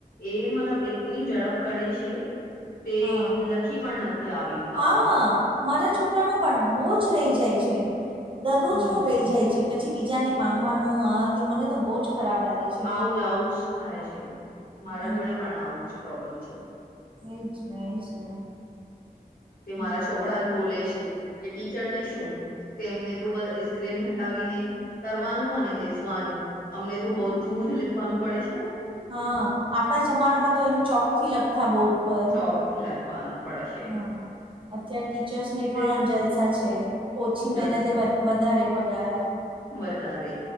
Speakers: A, on the left; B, on the right.
A: એ મતલબ ની ઝડપ કડે શે, તે
B: હા
A: લખી પણ નથી આવી
B: હા
A: આપતા.
B: મારા છોકરાનું પણ બોઉ જ રઈ જાય છે, દરરોજનું
A: હમ
B: રઈ જાય છે. પછી બીજાને માંગવાનું આ તે મને તો બઉ જ ખરાબ લાગે છે
A: આવું જ આવું જ થાય છે, મારા
B: હમ
A: જોડે પણ આવું જ પ્રોબ્લેમ છે.
B: એ જ ને, એ જ ને. હમ
A: તે મારા છોકરા જ બોલે છે કે ટીચરને શું? તેમને તું બ ઈ સ્ક્રીન હટાવીને કરવાનું અને બેસવાનું. અમને તો બધું જ લિખવાનું પડે છે ને.
B: હન, આપડા જમાનામાં તો એમ ચોકથી લખતા બોર્ડ પર
A: ચોકથી લખવાનું પડે છ.
B: હા. અત્યાર ટીચર્સને
A: તે
B: પણ જલસા છે, ઓછી
A: જલસ
B: મહેનતે વધ-વધારે પગાર.
A: વધારે